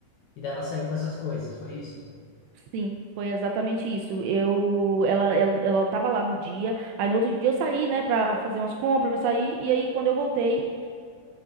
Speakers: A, on the left (about 75°); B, on the right (about 85°).
A: E daí ela saiu com essas coisas, foi isso?
B: sim, foi exatamente isso. Eu, ela, ela, ela tava lá no dia. Aí no outro dia eu saí, né, pra fazer umas compras, saí. E aí quando eu voltei,